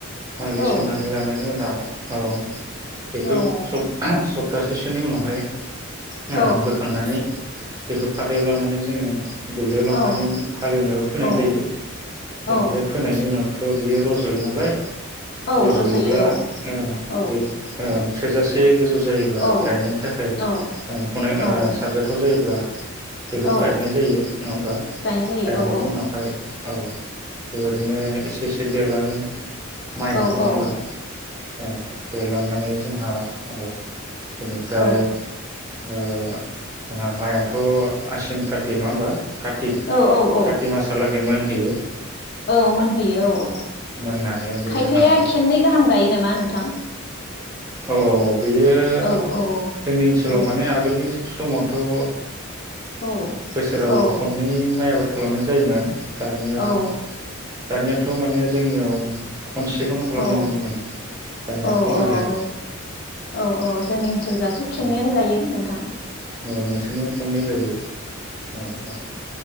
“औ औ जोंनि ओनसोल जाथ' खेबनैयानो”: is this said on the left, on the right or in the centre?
Left